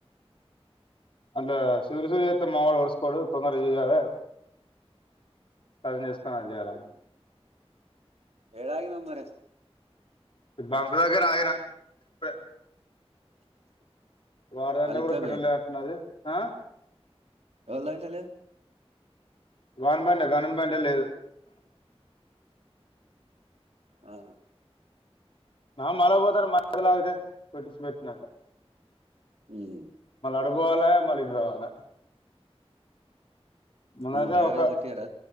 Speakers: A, on the left (about 55°); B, on the right (about 85°).
A: అందులో సూరి సూరి చేత్తే మా వోడు ఓర్సుకోడు తొందర చేయాల సదిం చేసుకుని చేయాల
B: ఎ ఆగినమ్ మరే
A: బంక్ దగ్గర ఆగినా ట్రిప్పే వాడదంటే
B: వాళ్ళు
A: కూడా
B: ఇప్పుడే
A: పెటటుబలులేకంటది ఆ
B: ఎంద్ అయితలేదు
A: వాని బండే కానని బండే లేదు
B: ఆ
A: నావ మలగబోతార మలాతే పెట్స్బెట్న
B: మ్మ్
A: పభవాల మళ్ళీడు రావాల మన
B: నూట
A: అదే
B: యాభై
A: ఒక
B: కట్టియారా